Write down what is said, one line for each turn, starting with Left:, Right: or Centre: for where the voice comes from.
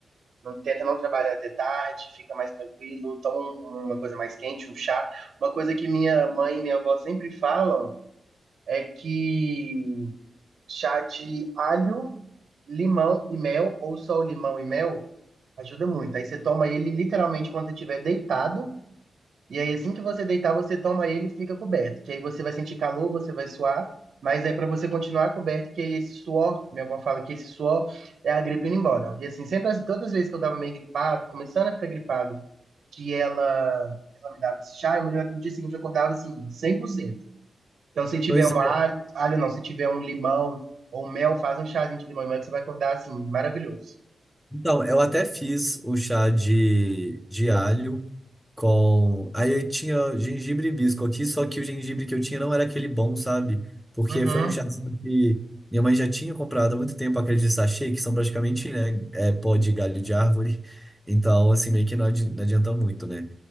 Right: não tenta não trabalhar até tarde, fica mais tranquilo, toma um- uma coisa mais quente, um chá. Uma coisa que minha mãe e minha avó sempre falam é que chá de alho, limão e mel, ou só o limão e mel, ajuda muito. Aí você toma ele literalmente quando você estiver deitado. E aí, assim que você deitar, você toma ele e fica coberto. Que aí você vai sentir calor, você vai suar, mas é para você continuar coberto, que aí esse suor, minha avó fala que esse suor é a gripe indo embora. E assim, sempre, as- todas as vezes que eu tava meio gripado, começando a ficar gripado, que ela, ela me dava esse chá, eu, no dia seguinte eu acordava assim, cem por cento Então, se tiver
Centre: Pois
Right: um
Centre: é,
Right: alho, alho não, se tiver um limão ou mel, faz um chazinho de limão e mel que você vai acordar assim, maravilhoso.
Centre: Então, eu até fiz o chá de, de alho com. Aí tinha gengibre e hibisco aqui, só que o gengibre que eu tinha não era aquele bom, sabe? Porque
Right: Uhum.
Centre: foi um chá que minha mãe já tinha comprado há muito tempo aqueles de sachê, que são praticamente, né, é, pó de galho de árvore. Então, assim, meio que não adi- não adianta muito, né?